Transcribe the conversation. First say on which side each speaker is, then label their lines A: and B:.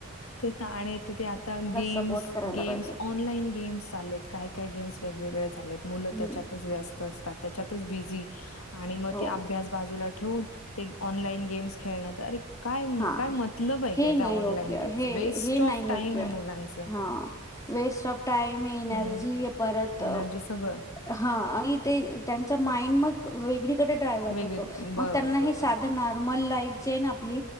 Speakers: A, on the left; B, on the left.
A: ते ते आता गेम्स
B: सपोर्ट करायला
A: गेम्स
B: पाहिजे.
A: ऑनलाईन गेम्स चाललेत काय काय गेम्स वेगवेगळे चालेत मुलं
B: हम्म
A: त्याच्याच वस्त अस त्याच्यात बीझी आणि मग
B: हो
A: ती अभ्यास बाजूला ठेऊन ते ऑनलाईन गेम्स खेळण्यात अरे काय
B: हा.
A: काय मतलब आहे का
B: हे नाही
A: त्या ऑनलाईन...
B: योग्य
A: गेम्स
B: हे
A: वेस्ट
B: हे नाही
A: ऑफ टाइम
B: योग्य
A: आहे मुलांच
B: हा वेस्ट ऑफ टाईम एनर्जी
A: हम्म
B: परत.... त
A: एनर्जी सगळं
B: हा आणि ते त्यांच... माईंड मग इकडे ड्रायर्व्हड
A: वेगवेगळ
B: होतो
A: बरोबर
B: मग त्यांना
A: बरोबर
B: साधं नॉर्मल लाईफ.... चेन आपली